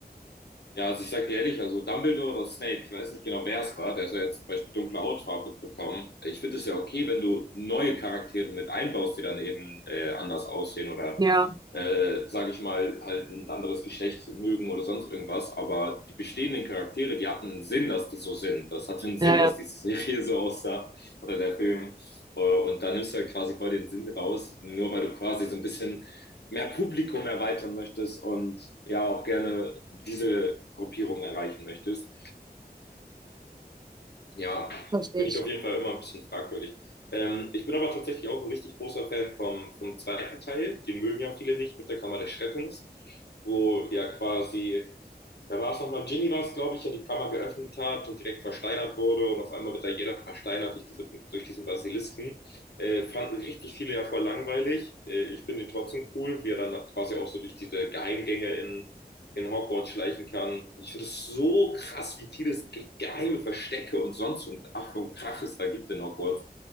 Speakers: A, on the left; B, on the right.
A: Ja, also ich sag dir ehrlich, also Dumbledore oder Snape, ich weiß nicht genau, wer es war, der soll jetzt zum Beispiel dunkle Hautfarbe bekommen. Ich finde es ja okay, wenn du neue Charaktere mit einbaust, die dann eben äh, anders aussehen oder,
B: Ja,
A: äh, sage ich mal, halt ein anderes Geschlecht mögen oder sonst irgendwas. Aber die bestehenden Charaktere, die hatten einen Sinn, dass die so sind. Das hatte einen Sinn,
B: ja, ja,
A: dass diese Serie so aussah oder der Film. Äh, Und da nimmst du halt quasi voll den Sinn raus, nur weil du quasi so ein bisschen mehr Publikum erweitern möchtest und ja auch gerne diese Gruppierung erreichen möchtest. Ja,
B: verstehe
A: finde
B: ich
A: ich
B: schon.
A: auf jeden Fall immer ein bisschen fragwürdig. Ähm, ich bin aber tatsächlich auch ein richtig großer Fan vom, vom zweiten Teil. Den mögen ja viele nicht mit der Kammer des Schreckens, wo ja quasi, da war es nochmal, Ginny war es, glaube ich, ja die Kammer geöffnet hat und direkt versteinert wurde und auf einmal wird da jeder versteinert durch, diese, durch diesen Basilisken. Äh, fanden richtig viele ja voll langweilig. Äh, ich finde ihn trotzdem cool, wie er dann quasi auch so durch diese Geheimgänge in in Hogwarts schleichen kann. Und ich finde es so krass, wie viele ge- geheime Verstecke und sonst und Ach und Krach es da gibt in Hogwarts.